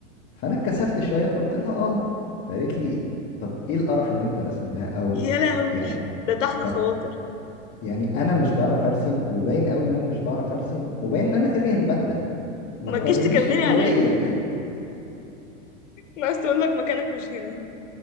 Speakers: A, on the left; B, on the left.
A: فانا اتكسفت شويه فقلت لها اه فقالت لي طب ايه القرف اللي انت راسمه ده او
B: يا لهوي
A: يعني
B: ده طحن
A: طب
B: خواطر
A: يعني انا مش بعرف ارسم وباين قوي ان انا مش بعرف ارسم وباين ان انا كاره الماده ما
B: ما
A: تكرهنيش
B: تجيش تكملي
A: في الكليه
B: عليا أنا عايز تقول لك مكانك مش هنا